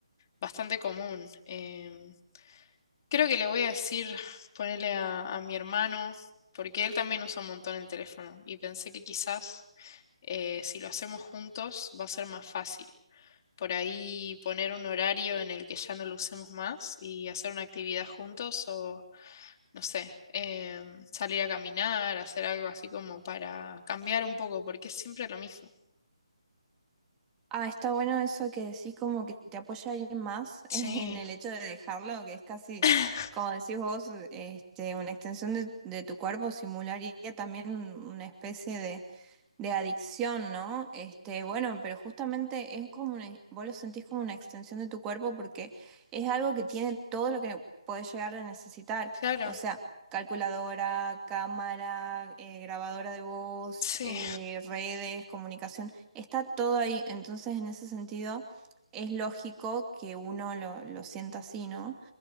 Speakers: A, on the left; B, on the right.
A: bastante común. Em, creo que le voy a decir, ponerle a, a mi hermano, porque él también usa un montón el teléfono y pensé que quizás eh, si lo hacemos juntos va a ser más fácil. Por ahí poner un horario en el que ya no lo usemos más y hacer una actividad juntos o, no sé, em, salir a caminar, hacer algo así como para cambiar un poco, porque es siempre lo mismo.
B: Ah, está bueno eso que decís como que te apoya alguien más <laughs>
A: Sí,
B: en el hecho de dejarlo, que es casi,
A: <laughs>
B: como decís vos, este, una extensión de, de tu cuerpo, simularía también un- una especie de de adicción, ¿no? Este, bueno, pero justamente es como una, vos lo sentís como una extensión de tu cuerpo porque es algo que tiene todo lo que podés llegar a necesitar.
A: claro,
B: O sea, calculadora, cámara, eh, grabadora de voz,
A: sí,
B: eh, redes, comunicación, está todo ahí. Entonces, en ese sentido, es lógico que uno lo, lo sienta así, ¿no?